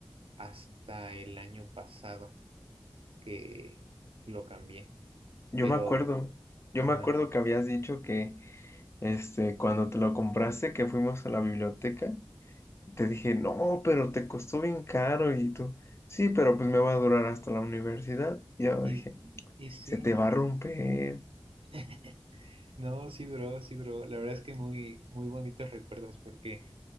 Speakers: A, on the right; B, on the left.
A: hasta el año pasado que lo cambié.
B: Yo
A: Pero,
B: me acuerdo. Yo
A: ajá,
B: me acuerdo que habías dicho que Este, cuando te lo compraste, que fuimos a la biblioteca, te dije, no, pero te costó bien caro. Y tú, sí, pero pues me va a durar hasta la universidad. Y yo
A: y,
B: dije,
A: y sí,
B: se te va a romper.
A: <laughs> no, sí duró, sí duró. La verdad es que muy, muy bonitos recuerdos porque,